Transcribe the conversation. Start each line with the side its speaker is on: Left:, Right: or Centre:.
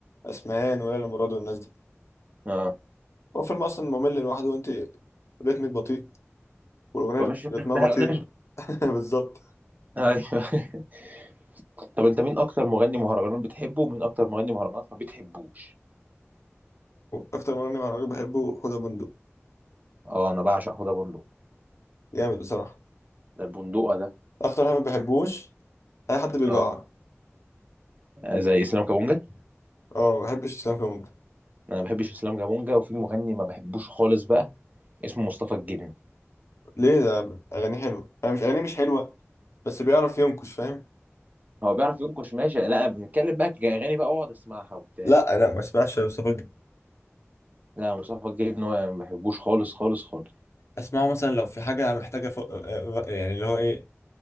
Left: اسمهان وليلى مراد والناس دي
Right: اه
Left: هو فيلم اصلا ممل لوحده وانت رتمك بطيء والاغنيه
Right: فمش
Left: رت- رتمها
Right: مستاهل
Left: بطيء
Right: ايوه.
Left: <laughs> بالظبط
Right: <laughs> طب انت مين اكتر مغني مهرجانات بتحبه ومين اكتر مغني مهرجانات ما بتحبوش
Left: اكتر مغني مهرجان بحبه حوده بندق
Right: اه انا بعشق حوده بندق
Left: جامد بصراحه
Right: ده البندقه ده
Left: اكتر واحد ما بحبوش اي حد بيجعر
Right: اه زي اسلام كابونجا
Left: اه ما بحبش اسلام كمان
Right: انا ما بحبش اسلام كابونجا وفي مغني ما بحبوش خالص بقى اسمه مصطفى الجن
Left: ليه ده اغاني حلوه انا مش اغاني مش حلوه بس بيعرف ينكش فاهم
Right: هو بيعرف ينكش ماشي لا بنتكلم بقى كأغاني بقى اقعد اسمعها وبتاع
Left: لا انا ما اسمعش مصطفى الج-
Right: لا مصطفى الجديد ان هو ما بحبوش خالص خالص خالص
Left: اسمعه مثلا لو في حاجه محتاجه ف... آه، يعني اللي هو ايه